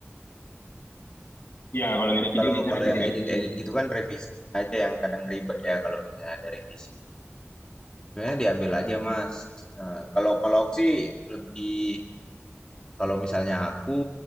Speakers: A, on the left; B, on the left.
A: iya
B: Iya,
A: kalau ngedit video
B: kalau
A: biasanya
B: kalau
A: revisi-revisi
B: yang edit-edit
A: sih
B: gitu kan revisinya aja yang kadang ribet ya kalau misalnya ada revisi. Sebenarnya diambil aja,
A: Mm-mm.
B: Mas. Eee, kalau kalau aku sih lebih kalau misalnya aku